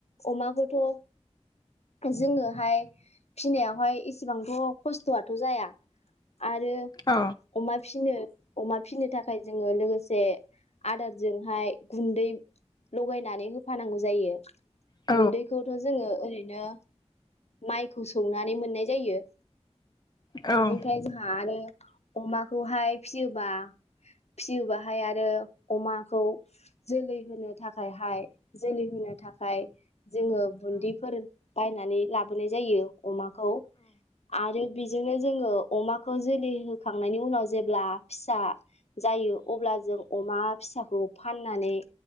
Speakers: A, on the left (about 65°); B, on the left (about 35°).
A: अमाखौ ओ जोङोहाय फिनायावहाय एसेबांथ' खस्थ'आथ' जाया । आरो
B: औ
A: अमाद फिनो अमाद फिनो थाखाय जोङो लोगोसे आदारजोंहाय गुन्दै लगायनानै होफानांगौ जायो ।
B: औ
A: गुन्दैखौथ' जोङो ओरै बिदिनो माइखौ सौनानै मोननाय जायो ।
B: औ
A: बिनिफाय जोंहा आरो अमाखौहाय फिसियोबा फिसियोबाहाय आरो अमाखौ जोलै होनो थाखायहाय जोलै होनो थाखाय जोङो बुन्दिफोर बायनानै लाबोनाय जायो । अमाखौ आरो बेजोंनो जोङो अमाखौ जोलै होखांनायनि उनाव जेब्ला फिसा जायो अब्ला जों अमा फिसाखौ फाननानै